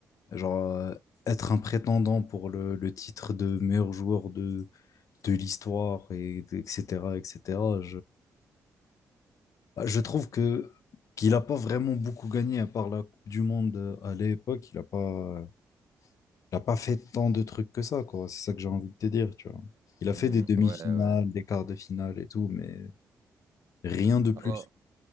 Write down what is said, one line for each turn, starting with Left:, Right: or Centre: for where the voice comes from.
Left: genre, euh, être un prétendant pour le, le titre de meilleur joueur de, de l'histoire, et, etc., etc., Bah, Je trouve que qu'il n'a pas vraiment beaucoup gagné à part la Coupe du Monde euh, à l'époque. Il n'a pas, il a pas fait tant de trucs que ça, quoi. C'est ça que j'ai envie de te dire, tu vois. Il
Right: Hmm,
Left: a fait des demi-finales,
Right: ouais, ouais.
Left: des quarts de finale et tout, mais rien de plus.
Right: Alors,